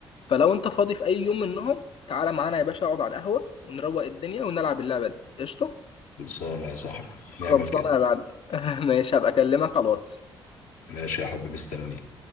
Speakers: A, on the left; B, on the left.
A: فلو انت فاضي في اي يوم منهم تعالى معانا يا باشا اقعد على القهوه ونروق الدنيا ونلعب اللعبه دي قشطه
B: خلصانه يا صاحبي
A: خلصانه
B: نعمل كده
A: يا معلم <laughs> ماشي هبقى اكلمك على الواتس
B: ماشي يا حبيبي مستنيك